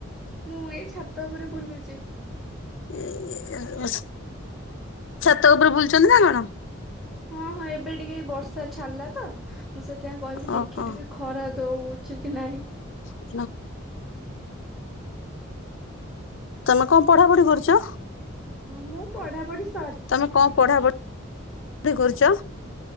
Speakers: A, in the centre; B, on the left.
A: ମୁଁ ଏଇ ଛାତ ଉପରେ ବୁଲୁଛି।
B: ଏ ଛାତ ଉପରେ ବୁଲୁଛନ୍ତି ନା କଣ?
A: ହଁ ହଁ ଏବେ ଟିକେ ବର୍ଷା ଛଡିଲା ତ ମୁଁ ସେ ଥିପାଇଁ କହିଲି ଦେଖିବା
B: ଓହୋ
A: ଟିକେ ଖରା ଦୋଉଛି କି ନାହିଁ।
B: ହ ତମେ କଣ ପଢାପଢି କରୁଛ?
A: ହଁ ମୁଁ ପଢା ପଢି ସ
B: ତମେ କଣ ପଢା ପଢିି କରୁଛ?